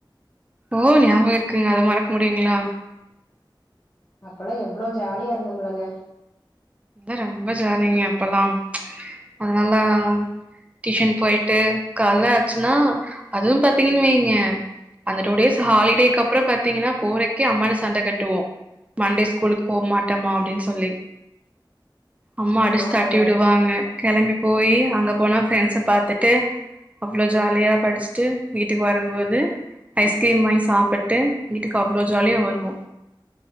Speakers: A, on the right; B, on the left.
A: ஓ ஞாபக இருக்குங்க அத மறக்க முடியுங்ளா
B: அப்பல்லா எவ்வள ஜாலியா இருந்தமல்லங்க
A: வந்து ரொம்ப ஜாலிங்க அப்பலா அதனாலா டியுஷன் போயிட்டு காலல ஆச்சுன்னா அதுவு பாத்திங்கன் வைங்க அந்த டூ டேஸ் ஹாலிடேக்கு அப்பற பாத்திங்கனா போறக்கே அம்மாட சண்ட கட்டுவோ மண்டே ஸ்கூலுக்கு போ மாட்டமா அப்டின் சொல்லி அம்மா அடிச்சு
B: ஆமாங்க
A: தாட்டி விடுவாங்க கெளம்பி போயி அங்க போனா ஃப்ரெண்ட்ஸ பாத்துட்டு அவ்வளோ ஜாலியா படிச்ட்டு வீட்டுக்கு வரம்போது ஐஸ்கிரீம் வாங்கி சாப்புட்டு வீட்டுக்கு அவ்ளோ ஜாலியா வருவோ